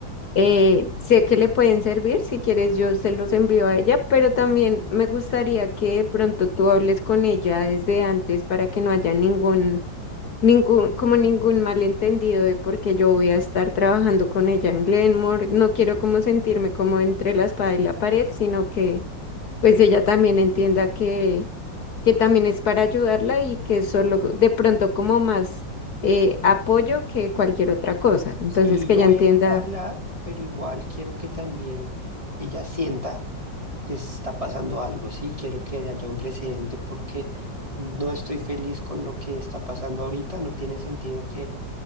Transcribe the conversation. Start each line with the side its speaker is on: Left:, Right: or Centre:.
Left: eh, sé que le pueden servir, si quieres yo se los envío a ella, pero también me gustaría que de pronto tú hables con ella desde antes para que no haya ningún ningún, como ningún malentendido de por qué yo voy a estar trabajando con ella en Glenmore. No quiero como sentirme como entre la espada y la pared, sino que pues ella también entienda que, que también es para ayudarla y que es solo de pronto como más eh, apoyo que cualquier otra cosa. Entonces
Right: Sí,
Left: que
Right: yo
Left: ella
Right: voy
Left: entienda.
Right: a hablar, pero igual quiero que también ella sienta que está pasando algo, ¿sí? Quiero que haya un precedente porque no estoy feliz con lo que está pasando ahorita. No tiene sentido que,